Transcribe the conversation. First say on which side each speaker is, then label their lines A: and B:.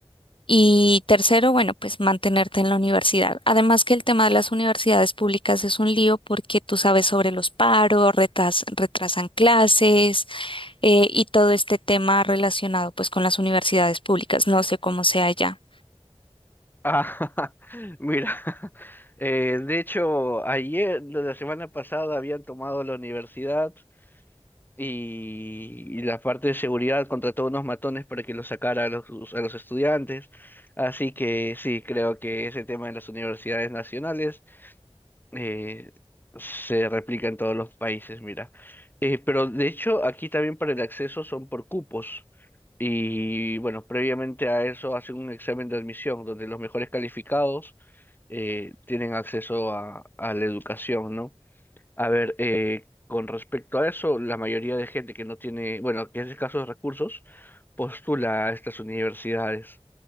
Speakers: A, on the left (about 55°); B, on the left (about 20°).
A: y tercero, bueno, pues mantenerte en la universidad. Además que el tema de las universidades públicas es un lío porque tú sabes sobre los paros, retas- retrasan clases eh, y todo este tema relacionado pues con las universidades públicas. No sé cómo sea ya.
B: Ah, <laughs> mira, <laughs> eh, de hecho, ayer, la la semana pasada, habían tomado la universidad y, y la parte de seguridad contrató unos matones para que los sacara a los, a los estudiantes. Así que sí, creo que ese tema en las universidades nacionales eh, se replica en todos los países, mira. Eh, pero de hecho, aquí también para el acceso son por cupos. Y bueno, previamente a eso hacen un examen de admisión, donde los mejores calificados eh, tienen acceso a, a la educación, ¿no? A ver, eh, con respecto a eso, la mayoría de gente que no tiene, bueno, que es escaso de escasos recursos, postula a estas universidades.